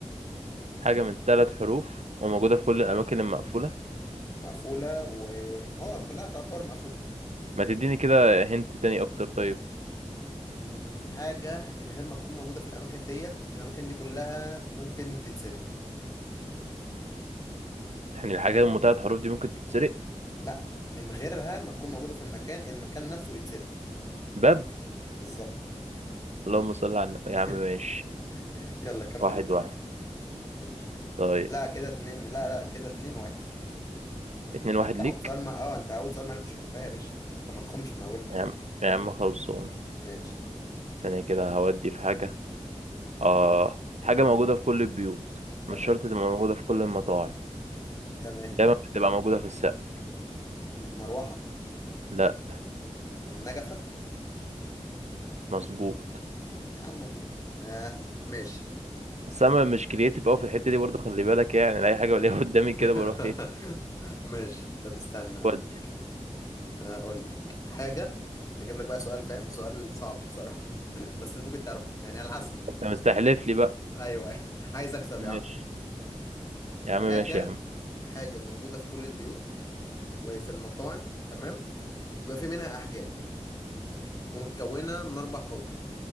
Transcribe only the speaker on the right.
حاجة من ثلاث حروف وموجودة في كل الأماكن المقفولة
ما تديني كده هنت تاني أكتر طيب
يعني الحاجات من ثلاث حروف دي ممكن تتسرق
باب
اللهم صل على النبي يا
عم ماشي
واحد
واحد
طيب
اتنين واحد
ليك
يا عم يا عم خلصان
ثانية كده هودي في حاجة آه حاجة موجودة في كل البيوت
مش شرط تبقى موجودة في كل المطاعم
دايما بتبقى موجودة في السقف
لأ
مظبوط
بس انا مش كرييتيف قوي في الحته دي برضو خلي بالك يعني اي حاجه بلاقيها <laughs> قدامي كده
بروح ايه
ودي
انت مستحلف لي بقى
ماشي
يا عم
ماشي يا عم